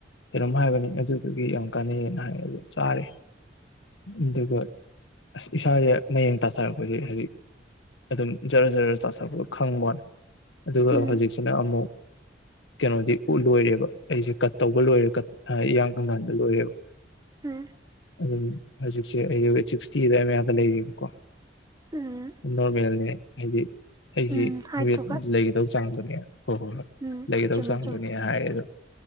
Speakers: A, on the left (about 85°); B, on the right (about 20°).
A: ꯀꯩꯅꯣꯝ ꯍꯥꯏꯕꯅꯤ ꯑꯗꯨꯗꯨꯒꯤ ꯌꯥꯝ ꯀꯥꯟꯅꯩꯌꯦꯅ ꯍꯥꯏ ꯑꯗꯨ ꯆꯥꯔ ꯑꯗꯨꯒ ꯑꯁ ꯏꯁꯥꯁꯦ ꯃꯌꯦꯡ ꯇꯥꯊꯔꯛꯄꯁꯦ ꯍꯧꯖꯤꯛ ꯑꯗꯨꯝ ꯖꯔ ꯖꯔ ꯆꯥꯊꯔꯛꯄꯗꯣ ꯈꯪꯕ ꯋꯥꯅꯤ ꯑꯗꯨꯒ
B: ꯎꯝ
A: ꯍꯧꯖꯤꯛꯁꯤꯅ ꯑꯃꯨꯛ ꯀꯩꯅꯣꯗꯤ ꯎ ꯂꯣꯏꯔꯦꯕ ꯑꯩꯁꯦ ꯀꯠ ꯇꯧꯕ ꯂꯣꯏꯔꯦ ꯀ ꯏꯤꯌꯥꯡ ꯀꯪꯊꯍꯟꯕ ꯂꯣꯏꯔꯦꯕ
B: ꯍꯝ
A: ꯑꯗꯨꯝ ꯍꯧꯖꯤꯛꯁꯦ ꯑꯩꯒꯤ ꯋꯦꯠ ꯁꯤꯛꯁꯇꯤ ꯑꯗꯥꯢ ꯃꯌꯥꯗ ꯂꯩꯔꯦꯕꯀꯣ
B: ꯎꯝ
A: ꯅꯣꯔꯃꯦꯜꯅꯦ ꯍꯥꯏꯗꯤ ꯑꯩꯒꯤ
B: ꯎꯝ ꯍꯥꯏꯗꯨꯒ
A: ꯋꯦꯠ ꯂꯩꯒꯗꯕ ꯆꯥꯡꯗꯨꯅꯦꯕ ꯍꯣꯏ ꯍꯣꯏ ꯍꯣꯏ
B: ꯎꯝ
A: ꯂꯩꯒꯗꯧ
B: ꯆꯨꯝꯃꯦ
A: ꯆꯥꯡꯗꯨꯅꯦ
B: ꯆꯨꯝꯃꯦ
A: ꯍꯥꯏꯌꯦ ꯑꯗꯣ